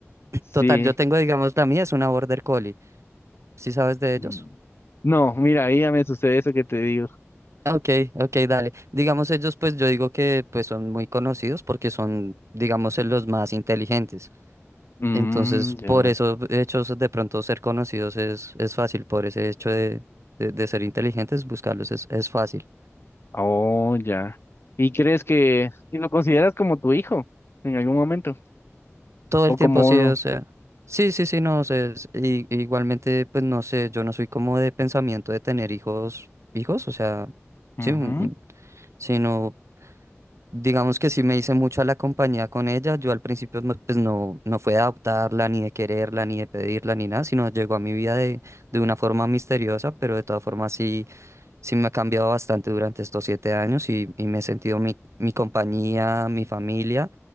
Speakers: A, on the left; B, on the right.
A: sí.
B: Total, yo tengo, digamos, la mía es una Border Collie. ¿Sí sabes de ellos?
A: Mm. No, mira, ahí ya me sucede eso que te digo.
B: Ah, Ok, ok, dale. Digamos, ellos, pues yo digo que pues son muy conocidos porque son, digamos, eh, los más inteligentes.
A: Mm,
B: Entonces,
A: ya.
B: por eso, hechos de pronto ser conocidos es, es fácil, por ese hecho de, de, de ser inteligentes, buscarlos es, es fácil.
A: Oh, ya. ¿Y crees que y lo consideras como tu hijo en algún momento?
B: Todo
A: ¿O
B: el tiempo,
A: como
B: sí,
A: uno?
B: o sea. Sí, sí, sí, no sé. es- y- igualmente, pues no sé, yo no soy como de pensamiento de tener hijos, hijos, o sea,
A: Ujú,
B: sí, un- un- sino, digamos que sí me hice mucho a la compañía con ella. Yo al principio, no, pues no, no fue de adoptarla, ni de quererla, ni de pedirla, ni nada, sino llegó a mi vida de, de una forma misteriosa, pero de todas formas sí sí me ha cambiado bastante durante estos siete años y, y me he sentido mi, mi compañía, mi familia